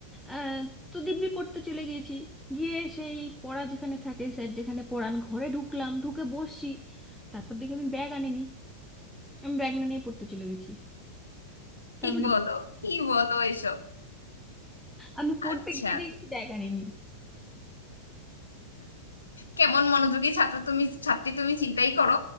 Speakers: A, in the centre; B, on the left.
A: আহ, তো দিব্যি পড়তে চলে গিয়েছি গিয়ে সেই পড়া যেখানে থাকে স্যার যেখানে পড়ান ঘরে ঢুকলাম ঢুকে বসছি তারপর দেখি আমি ব্যাগ আনিনি আমি ব্যাগ না নিয়ে পড়তে চলে গেছি তার
B: কি
A: মানে
B: বলো কি বলো এসব
A: আমি পড়তে
B: আচ্ছা
A: গিয়ে দেখছি ব্যাগ আনিনি
B: কেমন মনোযোগী ছাত্র তুমি ছাত্রী তুমি চিন্তাই করো